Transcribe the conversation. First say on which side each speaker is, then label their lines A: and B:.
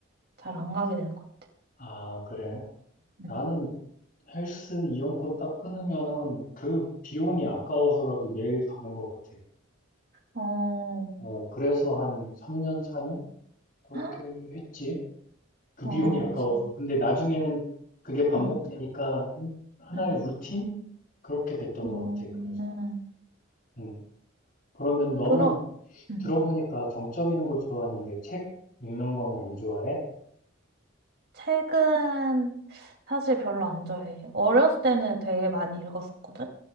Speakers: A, on the right; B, on the left.
A: 잘 안 가게 되는 것 같아.
B: 아, 그래.
A: 응.
B: 나는 헬스 이용권 딱 끊으면은 그 비용이 아까워서라도 매일 가는 것 같아.
A: 어,
B: 어, 그래서 한 3년, 4년? 그렇게
A: 헉,
B: 했지. 그
A: 어,
B: 비용이 아까워서.
A: 진,
B: 근데 나중에는 그게 반복되니까
A: 응,
B: 이- 하나의
A: 응.
B: 루틴? 그렇게 됐던
A: 음,
B: 것 같아, 그래서.
A: 음.
B: 음. 그러면 너는
A: 그러, 응.
B: 들어보니까 정적 이는걸 좋아하는데 책 읽는 거는 안 좋아해?
A: 책은 사실 별로 안 좋아해. 어렸을 때는 되게 많이 읽었었거든?